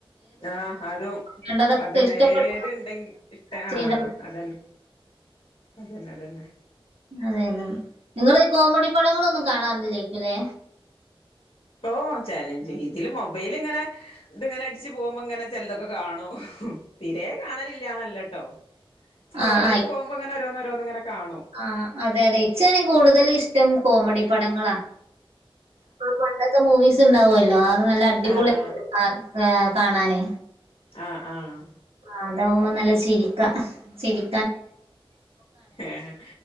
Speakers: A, on the left; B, on the right.
A: ആഹ് അതും
B: വേണ്ടതൊക്കെ
A: അതെന്നെ
B: ഇഷ്ടപ്പെട്ട
A: ഏത്ണ്ടെങ്കി ഇഷ്ട
B: ചെയ്ത
A: ആഹ് അതെന്നെ അതെന്നെ അതെന്നെ.
B: അതെയതെ നിങ്ങള് കോമഡി പടങ്ങളൊന്നും കാണാറില്ലേയ്ക്ക്ല്ലേ?
A: ഓഹ് ചലഞ്ച് ഇതില് മൊബൈല് ഇങ്ങനെ ഇത്ങ്ങനെ അടിച്ചു പോകുമ്പോ ഇങ്ങനെ ചെലതൊക്കെ കാണും തിരെ കാണലില്യാന്നല്ലോട്ടോ. സ്ക്രോൾ
B: ആഹ്
A: ചെയ്ത്
B: ആഹ്
A: പോകുമ്പോ ഇങ്ങനെ ഓരോഓരോന്ന് ഇങ്ങനെ കാണും.
B: ആഹ് അതെ അതെ എച്ചേനി കൂടുതല് ഇഷ്ടം കോമഡി പടങ്ങളാ. ആഹ് പണ്ടത്തെ മൂവീസ് ഉണ്ടാകുവല്ലോ അത് നല്ല അടിപൊളി
A: ആഹ് ആഹ്
B: ആഹ് ആഹ് കാണാന്.
A: ആഹ് ആഹ്.
B: ആഹ് അതാവുമ്പോ നല്ല ചിരിക്ക ചിരി
A: ഏഹ്